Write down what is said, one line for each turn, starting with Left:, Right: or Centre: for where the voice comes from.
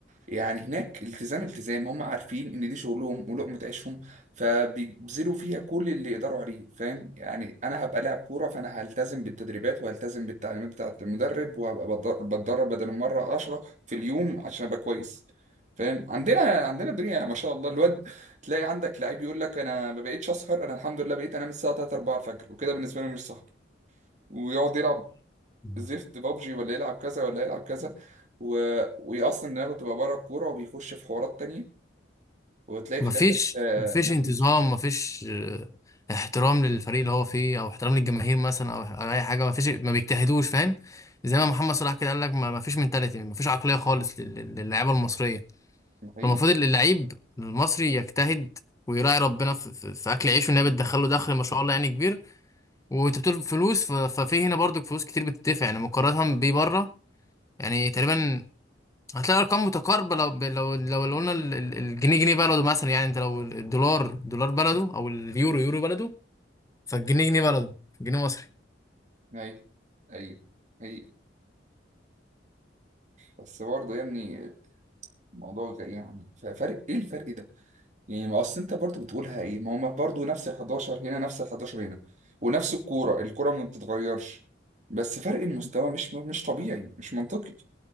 Right: يعني هناك التزام التزام هم عارفين ان دي شغلهم ولقمة عيشهم فبيبذلوا فيها كل اللي يقدروا عليه فاهم يعني انا هبقى لاعب كورة فانا هلتزم بالتدريبات وهلتزم بالتعليمات بتاعة المدرب وهبقى بتدر- بتدرب بدل المرة عشرة في اليوم عشان ابقى كويس فاهم عندنا عندنا الدنيا ما شاء الله الواد تلاقي عندك لعيب يقول لك انا ما بقيتش اسهر انا الحمد لله بقيت انام الساعه 3 4 الفجر وكده بالنسبه لي مش صح ويقعد يلعب
Left: آه.
Right: زفت بابجي ولا يلعب كذا ولا يلعب كذا و... وهي اصلا دماغه بتبقى بره الكوره وبيخش في حوارات تانية وبتلاقي
Left: مفيش
Right: في الاخر آه،
Left: مفيش
Right: مفيش
Left: انتظام مفيش آه، احترام للفريق اللي هو فيه او احترام للجماهير مثلا او أو اي حاجه مفيش ما بيجتهدوش فاهم زي ما محمد صلاح كده قال لك ما- مفيش منتاليتي مفيش عقليه خالص لل- لل- للاعيبه المصريه
Right: حقيقي
Left: فالمفروض اللعيب المصري يجتهد ويراعي ربنا في, في, في اكل عيشه ان هي بتدخله دخل ما شاء الله يعني كبير وانت بتقول فلوس ف- ففي هنا برضو فلوس كتير بتدفع يعني مقارنه بيه بره يعني تقريبا هتلاقي ارقام متقاربه لو ب- لو لو لو قلنا ال- ال- الجنيه جنيه بلده مثلا يعني انت لو الدولار دولار بلده او اليورو يورو بلده فالجنيه جنيه بلده جنيه مصري
Right: ايوه ايوه حقيقي بس برضه يعني الموضوع غ- يعني ف- فرق ايه الفرق ده؟ يعني ما اصل انت برضه بتقولها ايه؟ ما هم برضه نفس ال 11 هنا نفس ال 11 هنا ونفس الكوره الكوره ما بتتغيرش بس فرق المستوى مش مش طبيعي مش منطقي